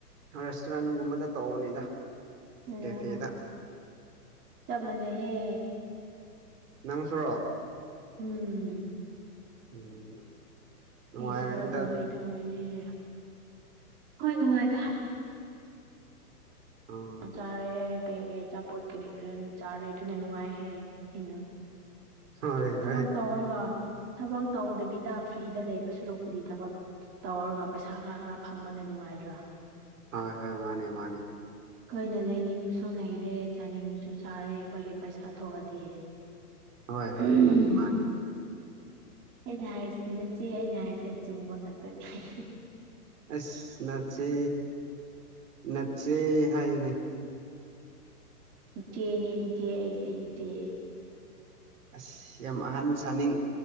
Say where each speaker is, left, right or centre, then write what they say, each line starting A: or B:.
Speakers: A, on the right (about 55°); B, on the right (about 25°).
A: ꯔꯦꯁꯇꯨꯔꯦꯟꯒꯨꯝꯕꯗ ꯇꯧꯕꯅꯤꯗ
B: ꯎꯝ
A: ꯀꯦꯐꯦꯗ
B: ꯎꯝ ꯆꯞ ꯃꯥꯟꯅꯩꯌꯦ
A: ꯅꯪ ꯁꯨꯔꯣ
B: ꯎꯝ
A: ꯎꯝ ꯅꯨꯡꯉꯥꯏꯔꯅꯤꯗ
B: ꯑꯩꯁꯨ ꯑꯗꯨꯃꯥꯏꯅ ꯇꯧꯔꯤꯅꯦ ꯍꯣꯏ ꯅꯨꯡꯉꯥꯏꯗ
A: ꯎꯝ
B: ꯆꯥꯔꯦ ꯀꯩ ꯀꯩ ꯑꯆꯥꯄꯣꯠ ꯀꯔꯤ ꯀꯔꯤꯅ ꯆꯥꯔꯦ ꯑꯗꯨꯅ ꯅꯨꯡꯉꯥꯏꯍꯦ ꯍꯦꯟꯅ
A: ꯍꯣꯏ
B: ꯊꯕꯛ
A: ꯍꯣꯏ
B: ꯇꯧꯔꯒ ꯊꯕꯛ ꯇꯧꯗꯕꯤꯗ ꯐ꯭ꯔꯤꯗ ꯂꯩꯕ ꯁꯔꯨꯛꯄꯨꯗꯤ ꯊꯕꯛ ꯇꯧꯔꯒ ꯄꯩꯁꯥ ꯈꯔ ꯐꯪꯕꯅ ꯅꯨꯡꯉꯥꯏꯗ꯭ꯔꯥ
A: ꯍꯣꯏ ꯍꯣꯏ ꯃꯥꯅꯦ ꯃꯥꯅꯦ
B: ꯈꯣꯏꯅ ꯂꯩꯅꯤꯡꯕꯁꯨ ꯂꯩꯔꯦ ꯆꯥꯅꯤꯡꯕꯁꯨ ꯆꯥꯔꯦ ꯑꯩꯈꯣꯏꯒꯤ ꯄꯩꯁꯥ ꯊꯣꯛꯑꯗꯤ
A: ꯍꯣꯏ ꯍꯣꯏ
B: ꯎꯝ
A: ꯃꯥꯅꯦ ꯃꯥꯅꯦ
B: ꯑꯩꯅ ꯍꯥꯏꯔꯤꯁꯤ ꯅꯆꯦ ꯑꯩꯅ ꯍꯥꯏꯔꯤꯁꯦ ꯆꯨꯝꯕ ꯈꯛꯇꯅꯤ ꯍꯤꯍꯤ
A: ꯑꯁ ꯅꯆꯦ ꯅꯠꯆꯦ ꯍꯥꯏꯅꯦ
B: ꯏꯆꯦꯅꯦ ꯏꯆꯦ ꯑꯩꯁꯦ ꯢ ꯆꯦ
A: ꯑꯁ ꯌꯥꯝ ꯑꯍꯟ ꯁꯥꯅꯤꯡ